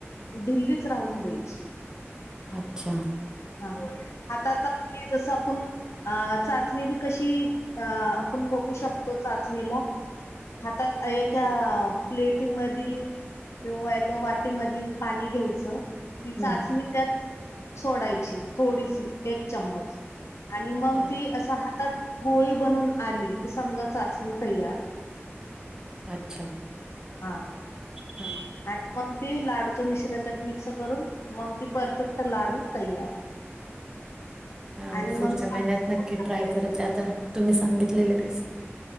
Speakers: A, on the left; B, on the right.
A: ढिल्लीच राहून द्यायची.
B: अच्छा.
A: हा आता, आता आपले जसं आपण अ चाचणी बी कशी, अ आपण बघू शकतो चाचणीला हातात एका प्लेटीमधी किंवा एका वाटेमधी पाणी घ्यायचं ती चाचणी
B: हम्म
A: त्यात सोडायची, थोडीसं एक चम्मच. आणि मग
B: हा,
A: ती असं हातात गोळी बनून आली, की समजा चाचणी तयार.
B: अच्छा.
A: हां.
B: हा
A: आणि मंग ती लाडूचं मिश्रण त्यात मिक्स करून, मंग ती परफेक्ट लाडू तयार. <inaudible>
B: हा
A: आणि
B: मी पुढच्या
A: मग साजूक
B: महिन्यात नक्की
A: तूप टाकायचं
B: ट्राय करत आता, तुम्ही सांगितलेली रेसिपी